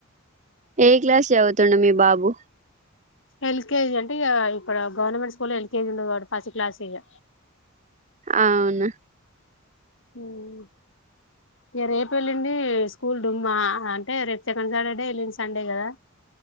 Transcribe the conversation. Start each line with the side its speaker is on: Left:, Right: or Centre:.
Right: ఏ క్లాస్ చదు తుండు మీ బాబు
Left: ఎల్కేజీ అంటే ఇగా ఇక్కడ గవర్నమెంట్ స్కూల్ ఎల్కేజీ ఉండదు ఫస్ట్ క్లాసే ఇగ
Right: అవునా
Left: మ్మ్ ఇగ రేపు ఎల్లుండి స్కూల్ డుమ్మా అంటే రేపు సెకండ్ సాటర్డే ఎల్లుండి సండే కదా